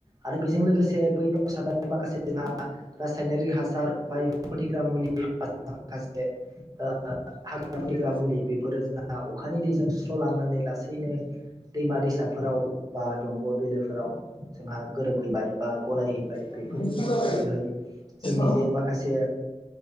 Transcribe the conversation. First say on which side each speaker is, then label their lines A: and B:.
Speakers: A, on the right; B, on the left.
A: आरो बेजों लोगोसे बैफोराव सारनाय माखासे जोंहा रासायनारि हासार बा एम्फौ फोथग्रा मुलि माखासे हाग्रा फोथैग्रा फोथैग्रा
B: औ
A: मुलि बेफोरो जोंहा अखानि दैजों सुस्र'लांनानै लासैनो दैमा दैसाफोराव बा दंग' बिलोफोराव जोंहा गोरोबहैबाय बा गलायहैबाय
B: औ
A: बेफोरनि
B: नोंथां औ नोंथां
A: जोहै जोंनि
B: औ
A: जे माखासे